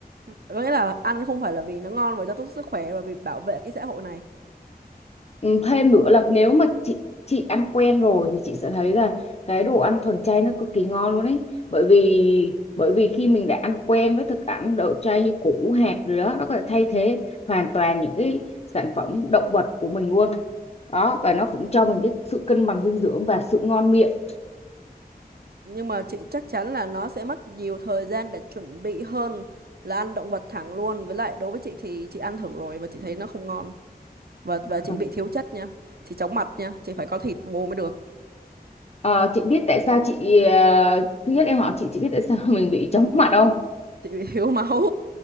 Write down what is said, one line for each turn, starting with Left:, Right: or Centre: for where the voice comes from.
Right: có nghĩa là ăn không phải là vì nó ngon và cho tốt sức khỏe mà vì bảo vệ cái xã hội này
Left: Ừ, thêm nữa là nếu mà chị chị ăn quen rồi thì chị sẽ thấy là cái đồ ăn thuần chay nó cực kỳ ngon luôn ấy bởi vì bởi vì khi mình đã ăn quen với thực ăn đậu chay như củ hạt rồi đó nó có thể thay thế hoàn toàn những cái sản phẩm động vật của mình luôn đó và nó cũng cho mình cái sự cân bằng dinh dưỡng và sự ngon miệng
Right: nhưng mà chị chắc chắn là nó sẽ mất nhiều thời gian để chuẩn bị hơn là ăn động vật thẳng luôn với lại đối với chị thì chị ăn thử rồi và chị thấy nó không ngon và và
Left: Ừ.
Right: chị bị thiếu chất nha chị chóng mặt nha chị phải có thịt vô mới được
Left: Ờ, chị biết tại sao chị ờ, thứ nhất em hỏi chị chị biết tại sao <laughs> mình bị chóng mặt không
Right: chị bị thiếu máu